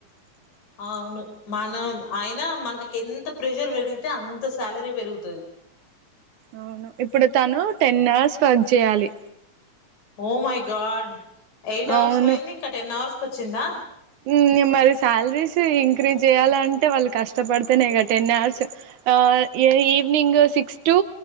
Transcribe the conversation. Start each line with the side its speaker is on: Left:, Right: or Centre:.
Left: అవును మనం అయినా మనకెంత ప్రెజర్ పెరిగితే అంత సాలరీ పెరుగుతది.
Right: అవును ఇప్పుడు తను టెన్ అవర్స్ వర్క్ చేయాలి.
Left: Oh my god eight hours
Right: అవును
Left: పోయింది ఇంక టెన్ అవర్స్ కో చ్చిందా
Right: ఉమ్ ఇంగ మరి శాలరీస్ ఇంక్రీజ్ చేయ్యాలంటే, వాళ్ళు కష్టపడితేనే గ టెన్ అవర్స్ ఆ ఏ evening six to